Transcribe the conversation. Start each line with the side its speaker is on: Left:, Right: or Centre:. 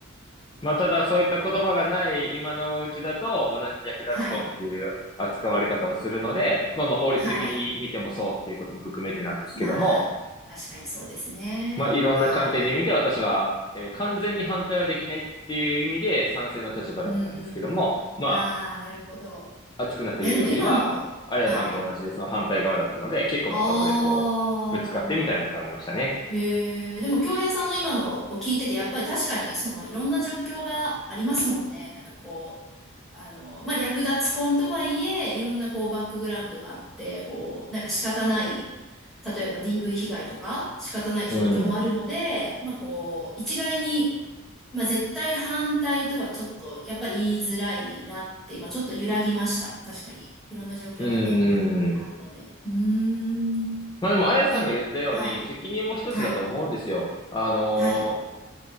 Left: まあ、ただそういった言葉がない今のうちだと同じ略奪婚っていう扱われ方をするので、
Centre: はい。
Left: まあまあ法律的に見てもそうっていうことも含めてなんですけども、
Centre: はい。まあ、確かにそうですね。
Left: まあいろんな観点で見て私は、
Centre: はい。
Left: えー完全に反対はできないっていう意味で賛成の立場だったんですけども、
Centre: うーん。
Left: ま
Centre: ああ、なるほど。
Left: あ熱くなった友人は、
Centre: いや、でも今の、
Left: あやさんと同じでその反対側だったので、
Centre: はい。
Left: 結構まあそこでこう、
Centre: ああ。
Left: ぶつかってみたいなことありましたね。
Centre: えー、でも、京平さんの今のを聞いてて、やっぱり確かに、その、いろんな状況がありますもんね。なんかこう、あの、まあ、略奪婚とはいえ、いろんなこう、バックグラウンドがあって、こう、なんか仕方ない、例えば DV 被害とか、仕方ない状況もあるので、
Left: うん。
Centre: まあ、こう、一概に、まあ、絶対反対とはちょっと、やっぱり言いづらいなって、今ちょっと揺らぎました。確かに。いろんな状況がね、
Left: うーん。
Centre: あるので。うーん。
Left: まあでも、あやさんが言ったように、
Centre: え、はい。
Left: 責任も一つだと思うんですよ。
Centre: はい。
Left: あのー
Centre: はい。